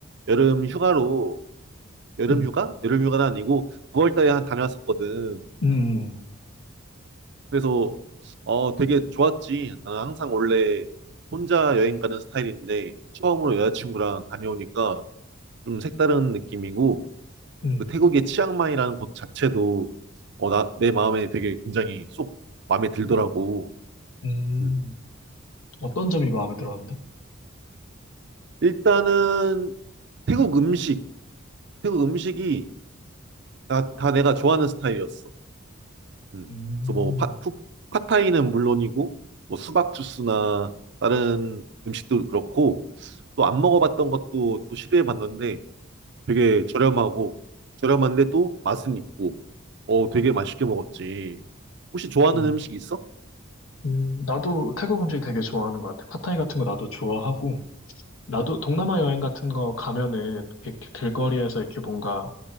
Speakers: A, on the right; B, on the left.
A: 여름 휴가로, 여름
B: 음,
A: 휴가? 여름 휴가는 아니고 9월 달에 한 다녀왔었거든.
B: 음,
A: 그래서, 어, 되게 좋았지. 나는 항상 원래 혼자 여행 가는 스타일인데, 처음으로 여자친구랑 다녀오니까 좀 색다른 느낌이고
B: 음,
A: 그 태국의 치앙마이라는 곳 자체도 어, 나, 내 마음에 되게 굉장히 쏙 마음에 들더라고.
B: 음,
A: 음.
B: 어떤 점이 마음에 들었는데?
A: 일단은 태국 음식, 태국 음식이 다, 다 내가 좋아하는 스타일이었어. 음.
B: 음,
A: 그래서 뭐 파, 푸, 팟타이는 물론이고 뭐 수박 주스나 다른 음식도 그렇고 또 안 먹어봤던 것도 또 시도해봤는데 되게 저렴하고 저렴한데 또 맛은 있고 어 되게 맛있게 먹었지. 혹시 좋아하는
B: 음,
A: 음식 있어?
B: 음, 나도 태국 음식 되게 좋아하는 것 같아. 팟타이 같은 거 나도 좋아하고, 나도
A: 음.
B: 동남아 여행 같은 거 가면은 이렇게 길거리에서 이렇게 뭔가